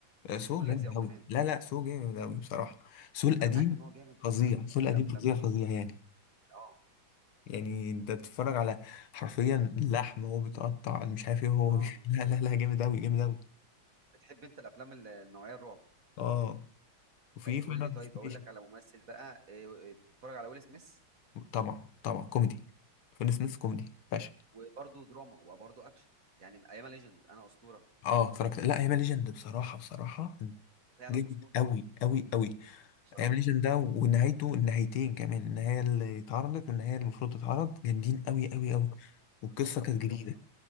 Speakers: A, on the left (about 85°); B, on the right (about 45°).
A: سو
B: مش كل
A: جامد
B: اجزائه كمان
A: أوي لا لا سو جامد أوي بصراحة سو القديم
B: انا معاك ان هو جامد
A: فظيع
B: بس انا مش
A: سو
B: بحب
A: القديم
B: الافلام
A: فظيع فظيع
B: دي
A: يعني
B: اه
A: يعني انت تتفرج على حرفيا اللحم وهو بيتقطع مش عارف ايه هو
B: اه
A: بي... <laughs> لا لا لا جامد أوي جامد أوي
B: بتحب انت الافلام ال- النوعيه الرعب
A: اه وفي
B: طيب
A: فاينل
B: قول لي طيب
A: ديستنيشن
B: اقول لك على ممثل بقى إيه، إيه، اتفرج على ويل سميث
A: طبعا طبعا كوميدي فين سميث كوميدي باشا
B: وبرضه دراما وبرضه اكشن يعني ايام ليجند انا اسطوره
A: اه اتفرجت لا ايام ليجند بصراحة بصراحة
B: فعلا
A: جامد
B: اسطوره
A: أوي أوي أوي
B: بصراحه
A: ايام ليجند ده ونهايته النهايتين كمان النهاية اللي اتعرضت والنهاية اللي المفروض تتعرض جامدين أوي
B: بالظبط
A: أوي أوي والقصة
B: بالظبط الفيلم
A: كانت جديدة
B: تحفه